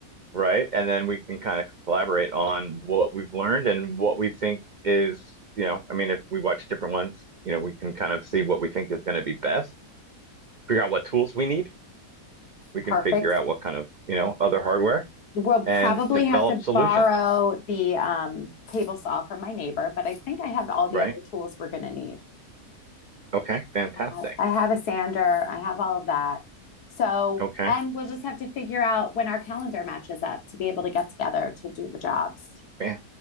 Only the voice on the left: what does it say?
Perfect
We'll probably
have to
borrow the um, table saw from my neighbor, but I think I have all the
other tools we're going to need.
Uh, I have a sander, I have all of that. So,
and we'll just have to figure out when our calendar matches up to be able to get together to do the jobs.